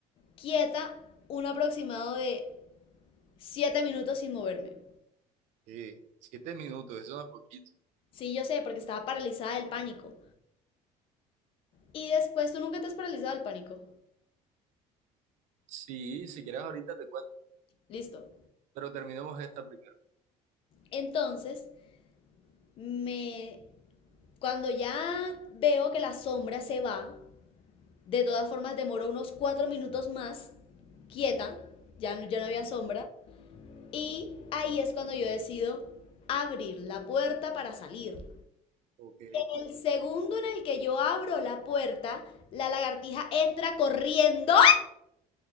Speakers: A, on the left (about 40°); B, on the right (about 55°).
A: quieta un aproximado de siete minutos sin moverme.
B: Sí, siete minutos, eso no es poquito.
A: Sí, yo sé, porque estaba paralizada del pánico. Y después tú nunca te has paralizado el pánico.
B: Sí, si quieres ahorita te cuento,
A: Listo.
B: pero terminemos esta primero.
A: Entonces, me cuando ya veo que la sombra se va, de todas formas demoro unos cuatro minutos más quieta, ya no, ya no había sombra,
B: Sí.
A: y ahí es cuando yo decido abrir la puerta para salir.
B: Ok.
A: En el segundo en el que yo abro la puerta, la lagartija entra corriendo.